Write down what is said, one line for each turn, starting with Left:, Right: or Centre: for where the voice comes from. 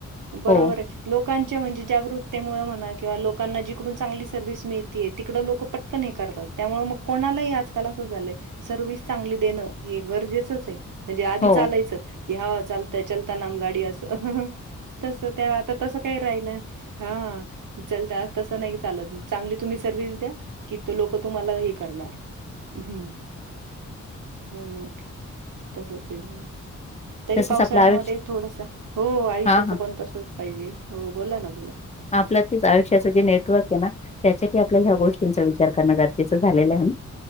Right: बरोबराय.
Left: हो
Right: लोकांच्या म्हणजे जागृकतेमुळे म्हणा किंवा लोकांना जिकडून चांगली सर्व्हिस मिळतीय तिकडं लोकं पट् पण हे करतात, त्यामुळे मग कोणालाही आजकाल असंच झालंय. सर्विस चांगली देणं हे गरजेचंचय. म्हणजे आधी
Left: हो
Right: चालायचं की हं चालतंय चलता नाम गाडी असं. आह्हह तस त्या आता तसं काही राहिलं. हा चलत, तसं नाही चालत, चांगली तुम्ही सर्व्हिस द्या कि तो लोक तुम्हाला हे करणार. उ हुं हो मग तसच काय झाल. तरी
Left: तसच
Right: पावसाळ्यामध्ये
Left: आपलं आयुष्य
Right: थोडासा, हो आयुष्याचं
Left: हा हा
Right: पण तसच पाहिजे. हो बोला ना, बोला.
Left: आपलं तेच आयुष्याचं जे नेटवर्क हाय ना. त्याच्या की आपल्याला ह्या गोष्टींचा विचार करणं गरजेचं झालेलं आहे.